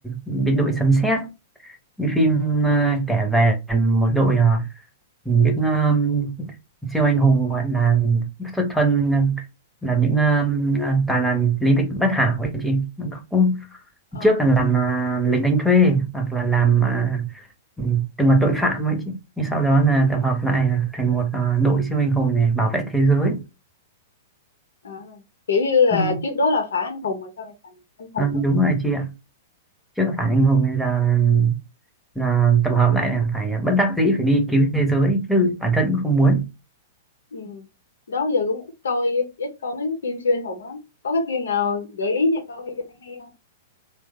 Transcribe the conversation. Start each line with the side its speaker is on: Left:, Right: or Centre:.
Centre: biệt đội sấm sét. Cái phim à, kể về một đội à, những um, siêu anh hùng gọi là xuất thân à, là những um, toàn là lý lịch bất hảo ấy chị cũng
Left: ờ.
Centre: trước là làm à, lính đánh thuê hoặc là làm à, ừ, từng là tội phạm ấy chứ nhưng sau đó là tập hợp lại thành một à, đội siêu anh hùng để bảo vệ thế giới
Left: À, kiểu như là
Centre: ừ.
Left: trước đó là phá anh hùng rồi sau này thành anh hùng
Centre: à,
Left: á
Centre: đúng
Left: hả
Centre: rồi chị ạ trước là
Left: Trời.
Centre: phản anh hùng bây giờ là, là tập hợp lại là phải bất đắc dĩ phải đi cứu thế giới chứ bản thân cũng không muốn
Left: ừ. đó giờ cũng ít coi ít coi mấy cái phim siêu anh hùng lắm có cái phim nào gợi ý cho tôi hay hay không